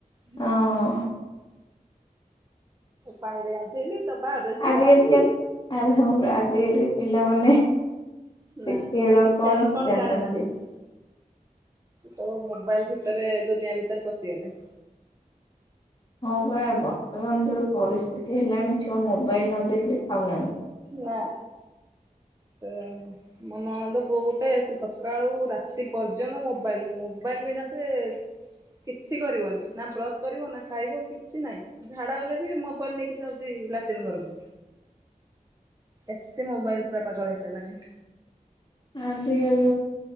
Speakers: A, on the right; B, on the left.
A: ହୁଁ
B: ହଁ
A: ହୁଁ। ପାଣିରେ ଗାଧେଇଲି ତୋ ପାହାଡରେ ଛିଡା
B: ଆଜିକାଲିକା
A: ହେଲି।
B: ଆଜିକାଲିକା ପିଲାମାନେ।
A: ନା
B: ଖେଳ
A: ସେ ମ ଖେଳ
B: ସେ
A: କଣ
B: ଜାଣିନଥିବେ।
A: ଜାଣିନାହାନ୍ତି। ତ ମୋବାଇଲ ଭିତରେ ଦୁନିଆ ଭିତରେ ପଶିଗଲେ।
B: ହଁ ପରା ବର୍ତ୍ତମାନ ଯୋଉ ପରିସ୍ଥିତି ହେଲାଣି ଛୁଆ ମୋବାଇଲ ନ ଦେଖିଲେ ଖାଉନା
A: ନା। ସେ ମୋ ନଣନ୍ଦେଇ ପୁଅ ଗୋଟେ ସେ ସକାଳୁ ରାତି ପର୍ଯ୍ୟନ୍ତ ମୋବାଇଲ ମୋବା କହିଲୁ କାହିଁକି ନା ସେ। କିଛି କରିବନି ନା ବ୍ରଶ କରିବ ନା ଖାଇବ କିଛି ନାହିଁ ସେ ଝାଡା ଗଲେ ବି ମୋବାଇଲ ନେଇକି ଯାଉଛି। ଲାଟିନ ଘରକୁ ଏତେ ମୋବାଇଲ ପୁରା ପାଗଳ ହେଇସାରିଲାଣି।
B: ଆଜିକାଲି